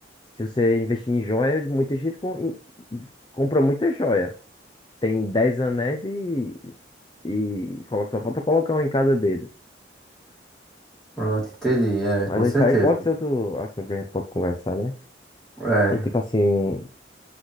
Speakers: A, on the left; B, in the centre.
A: se você investir em joia, muita gente com- em- compra muita joia, tem 10 anéis e, e coloca, só falta colocar um em cada dedo.
B: Pronto, entendi, é,
A: Mas
B: com certeza.
A: isso aí pode ser outro assunto que a gente pode conversar, né?
B: É.
A: É tipo assim,